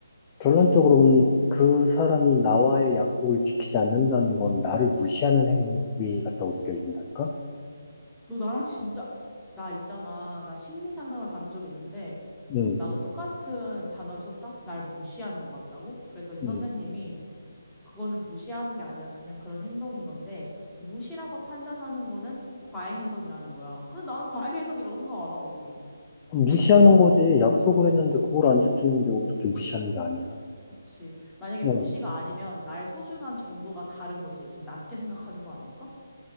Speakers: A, on the left; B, in the centre.
A: 결론적으로는 그 사람이 나와의 약속을 지키지 않는다는 건 나를 무시하는 행위 같다고 느껴진달까?
B: 너 나랑 진짜, 나 있잖아. 나 심리 상담을 받은 적이 있는데,
A: 응,
B: 나도 똑같은 단어를 썼다? 날 무시하는 것 같다고? 그랬더니 선생님이,
A: 응.
B: 그거는 무시하는 게 아니라 그냥 그런 행동인 건데, 무시라고 판단하는 거는 과잉해석이라는 거야. 근데 나는 과잉해석이라고 생각 안 하거든.
A: 무시하는 거지. 약속을 했는데 그걸 안 지키는 게 어떻게 무시하는 게 아니야.
B: 그치. 만약에
A: 어,
B: 무시가 아니면 나의 소중한 정도가 다른 거지. 좀 낮게 생각하는 거 아닐까?